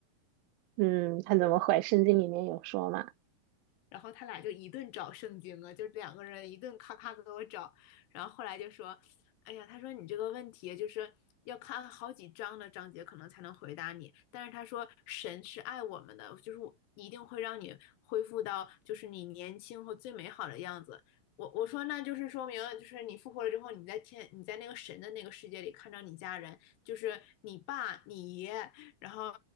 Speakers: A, on the right; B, on the left.
A: 嗯，他怎么回？圣经里面有说嘛？
B: 然后他俩就一顿找圣经啊，就两个人一顿咔咔给我找，然后后来就说，哎呀，他说你这个问题就是要看好几章的章节可能才能回答你，但是他说神是爱我们的，就是我一定会让你恢复到就是你年轻和最美好的样子。我我说那就是说明就是你复活了之后，你在天你在那个神的那个世界里看到你家人，就是你爸、你爷，然后